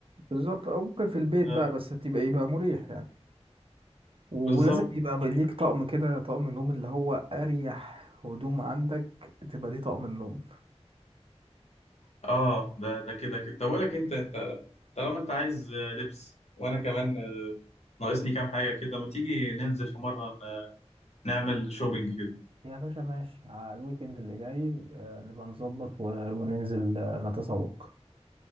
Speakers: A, on the right; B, on the left.
A: بالظبط او ممكن في البيت
B: آه،
A: بقى بس تبقى يبقى مريح يعني ولازم
B: بالظبط
A: يبقى ليك طقم كده طقم النوم اللي هو اريح هدوم عندك تبقى دي طقم النوم
B: اه ده ده كده كده طب اقول لك انت انت طالما انت عايز آه، لبس وانا كمان آه، ناقصني كام حاجه كده ما تيجي ننزل في مره ن- نعمل شوبينج كده
A: يا باشا ماشي على الويكند اللي جاي آه، نبقى نظبط و- وننزل آه، نتسوق